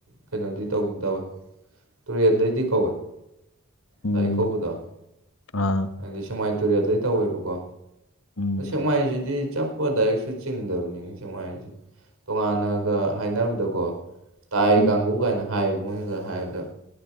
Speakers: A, on the right; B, on the left.
A: ꯀꯩꯅꯣꯗꯤ ꯇꯧ ꯇꯧꯋꯦ ꯇꯨꯔꯦꯟꯗꯩꯗꯤ ꯀꯧꯋꯦ
B: ꯎꯝ
A: ꯂꯥꯏ ꯏꯀꯧꯕꯗꯣ
B: ꯑꯥ
A: ꯍꯥꯏꯗꯤ ꯁꯦꯛꯃꯥꯏ ꯇꯨꯔꯦꯜꯗꯩ ꯇꯧꯋꯦꯕꯀꯣ
B: ꯎꯝ
A: ꯁꯦꯛꯃꯥꯏꯁꯤꯗꯤ ꯆꯛꯄ ꯗꯥꯏꯔꯦꯛꯁꯨ ꯆꯤꯡꯗꯕꯅꯤꯅꯦ ꯁꯦꯛꯃꯥꯏꯁꯦ ꯇꯣꯉꯥꯟꯅꯒ ꯍꯥꯏꯅꯕꯗꯀꯣ ꯇꯥꯏ
B: ꯎꯝ
A: ꯀꯥꯡꯒꯨ ꯀꯥꯏꯅ ꯍꯥꯏꯌꯦꯕ ꯃꯣꯏ ꯉꯁꯥꯏ ꯍꯥꯏꯕꯗ